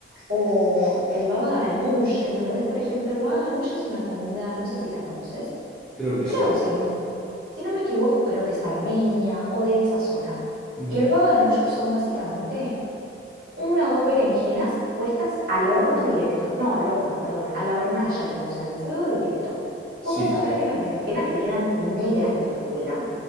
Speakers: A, on the right; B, in the centre.
A: o el baba ganoush, ¿entendés? Por ejemplo, el baba ganoush es una comida, no sé si la conoces,
B: creo que
A: creo,
B: sí.
A: si no me, si no me equivoco, creo que es Armenia o de esa zona.
B: Ujú,
A: Y el baba ganoush son básicamente una o dos berenjenas puestas al horno directo, no al horno, perdón, a la hornalla, digamos, al fuego directo.
B: Sí,
A: Vos vas
B: sí.
A: a ver que las berenjenas te quedan negras por fuera,